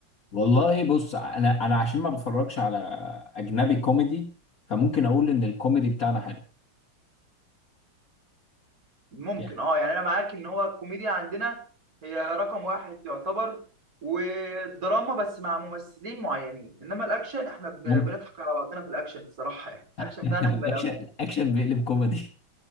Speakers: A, on the left; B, on the right.
A: والله بص انا انا عشان ما بتفرجش على اجنبي كوميدي فممكن اقول ان الكوميدي بتاعنا حلو
B: ممكن
A: يعني
B: اه يعني انا معاك ان هو الكوميديا عندنا هي رقم واحد يعتبر والدراما بس مع ممثلين معينين انما الاكشن احنا ب-
A: ممكن
B: بنضحك على بعضنا في الاكشن الصراحة يعني الاكشن
A: <laughs>
B: بتاعنا هبل
A: الاكشن
B: أوي.
A: الاكشن بيقلب كوميدي